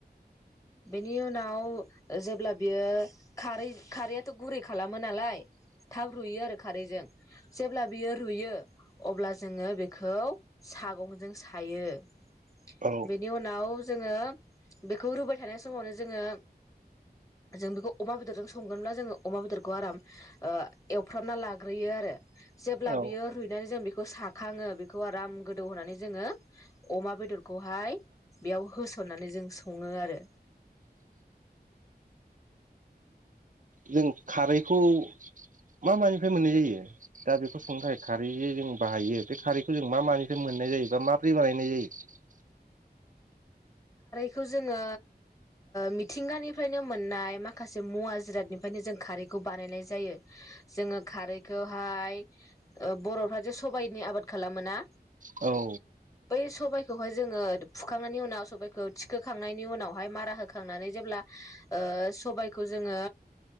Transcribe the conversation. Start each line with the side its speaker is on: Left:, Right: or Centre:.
Left: बेनि उनाव जेब्ला बियो खारै खारैयाथ' गुरै खालामो नालाय थाब रुयो आरो खारैजों जेब्ला बियो रुयो अब्ला जोङो बेखौ सागंजों सायो <inaudible>
Right: औ
Left: बेनि उनाव जोङो बेखौ रुबाय थानाय समावनो जोङो जों बेखौ अमा बेदरजों संगोनब्ला जोङो अमा बेदरखौ आराम ओ एवफ्रामना लाग्रोयो आरो जेब्ला
Right: औ
Left: बियो रुइनानै जों बे खौ साखाङो बेखौ आराम गोदौ होनानै जोङो अमा बेदरखौहाय बेयाव होसननानै जों सङो आरो
Right: जों खारैखौ मा मानिफ्राय मोननाय जायो दा बेखौ संनो थाखाय खारै जे जों बाहायो बे खारैखौ जों मा मानिफ्राय मोननाय जायो बा माब्रै बानायनाय जायो
Left: खौ जोङो मिथिंगानिफ्रायनो मोननाय माखासे मुवा जिरादनिफ्रायनो जों खारैखौ बानायनाय जायो जोङो खारैखौहाय बर'फ्रा जे सबाइनि आबाद खालामो ना
Right: औ
Left: बै सबाइखौहाय जोङो फुखांनायनि उनाव सबायखौ थिखोखांनायनि उनावहाय मारा होखांनानै जेब्ला सबायाइखौ जोङो